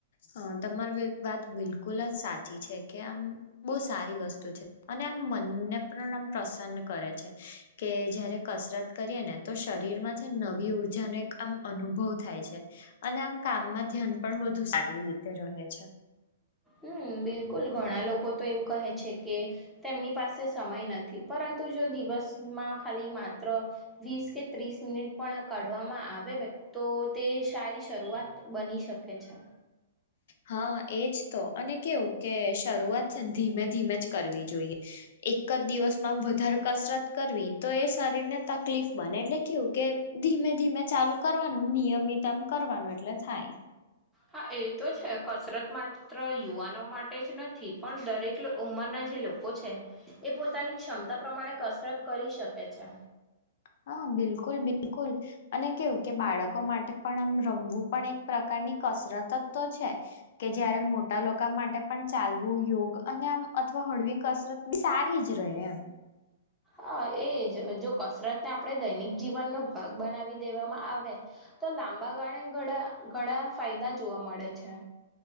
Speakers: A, on the left; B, in the centre.
A: હ તમારી વાત બિલકુલ જ સાચી છે કે આમ બહુ સારી વસ્તુ છે અને મનને પણ પ્રસન્ન કરે છે કે જયારે કસરત કરીએ ને તો શરીરમાં નવી ઉર્જાનો એક આમ અનુભવ થાય છે અને આમ કામમાં ધ્યાન પણ વધુ રીતે રહે છે.
B: હમ બિલકુલ ઘણા લોકો તો એવું કહે છે કે તેમની પાસે સમય નથી પરંતુ જો દિવસમાં ખાલી માત્ર વીસ કે ત્રીસ મિનિટ પણ કઢવામાં આવે. તો તે સારી શરૂઆત બની શકે છે.
A: હા એજ તો અને કેવું કે શરૂઆત છે ધીમે ધીમે જ કરવી જોઈએ. એક જ દિવસમાં આમ વધારે કસરત કરવી તો એ શરીર ને તકલીફ બને એટલે કેવું કે. ધીમે ધીમે ચાલુ કરવાનું નિયમિત આમ કરવાનું એટલે થાય.
B: હા એ તો છે કસરત માત્ર યુવાનો માટે જ નથી પણ દરેક ઉંમરના. લોકો છે એ પોતાની ક્ષમતા પ્રમાણે કસરત કરી શકે છે.
A: હા બિલકુલ બિલકુલ અને કેવું કે બાળકો માટે પણ આમ રમવું પણ એક પ્રકાર ની કસરત જ તો છે કે જયારે મોટા લોકો માટે પણ ચાલવું યોગ અને આમ અથવા હળવી કસરત બી સારી જ રહે એમ
B: હા એજ જો કસરતને આપણે દૈનિક જીવનનોો ભાગ બનાવી દેવામાં આવે તો લાંબા ગાળ ઘણા ઘણા ફાયદા જોવા મળે છે